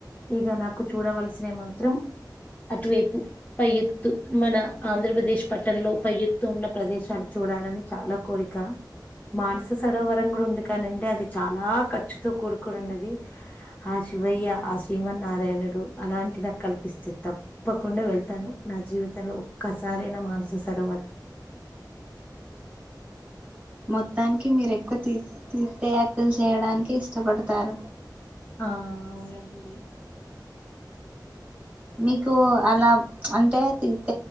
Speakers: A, on the left; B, on the right.
A: ఇక నాకు చూడవలసిన మాత్రం అటువైపు పై ఎత్తు మన ఆంధ్రప్రదేశ్ పట్టణంలో పై ఎత్తు ఉన్న ప్రదేశాలు చూడాలని చాలా కోరిక మానస సరోవరం కూడా ఉంది కాని అండి అది చాలా ఖర్చుతో కూడుకోనున్నది ఆ శివయ్య ఆ శ్రీమన్నారాయణుడు అలాంటి నా కల్పిస్తే తప్ప తప్పకుండా వెళ్తాను నా జీవితంలో ఒక్కసారైన మానస సరోవర్
B: మొత్తాన్కి మీరు ఎక్కువ తీ తీ తీర్థయాత్రల్ చేయడానికి ఇష్టపడుతారు
A: ఆ అవునండి
B: మీకు అలా అంటే తీర్థ